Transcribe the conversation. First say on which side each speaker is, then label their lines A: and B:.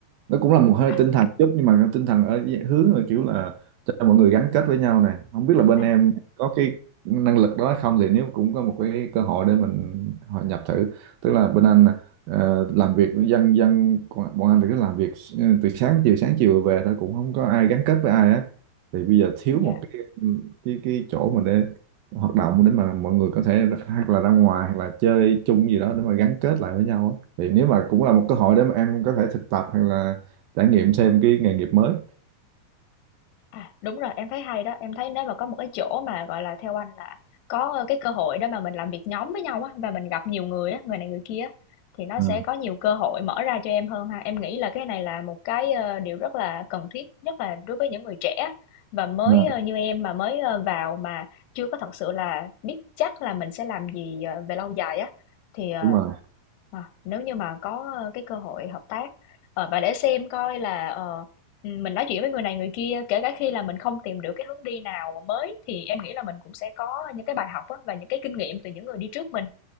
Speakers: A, on the right; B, on the left.
A: Nó cũng là một hơi
B: À,
A: tinh thần chút nhưng mà tinh thần ở dạng hướng là kiểu là cho mọi người gắn kết với nhau này. Không biết là bên
B: à,
A: em có cái năng lực đó hay không thì nếu cũng có một cái cơ hội để mình hòa nhập thử. Tức là bên anh ờ, làm việc dân dân bọn bọn anh thì cứ làm việc ừ, từ sáng chiều sáng chiều về thôi cũng không có ai gắn kết với ai á. Thì bây giờ thiếu
B: dạ.
A: một cái cái cái chỗ mà để hoạt động để mà mọi người có thể hoặc là ra ngoài hoặc là chơi chung gì đó để mà gắn kết lại với nhau á thì nếu mà cũng là một cơ hội để mà em có thể thực tập hoặc là trải nghiệm thêm cái nghề nghiệp mới
B: À, đúng rồi, em thấy hay đó. Em thấy nếu mà có một cái chỗ mà, gọi là, theo anh là có, ơ, cái cơ hội đó mà mình làm việc nhóm với nhau á, và mình gặp nhiều người á, người này người kia á, thì nó
A: Ừ,
B: sẽ có nhiều cơ hội mở ra cho em hơn ha. Em nghĩ là cái này là một cái, ơ, điều rất là cần thiết, nhất là đối với những người trẻ và mới,
A: ừ,
B: ơ, như em mà mới, ơ, vào mà chưa có thật sự là biết chắc là mình sẽ làm gì, ờ, về lâu dài á, thì, ờ
A: đúng rồi
B: À, nếu như mà có, ơ, cái cơ hội hợp tác, ờ, và để xem coi là, ờ, mình nói chuyện với người này người kia, kể cả khi là mình không tìm được cái hướng đi nào mà mới thì em nghĩ là mình cũng sẽ có những cái bài học á, và những cái kinh nghiệm từ những người đi trước mình.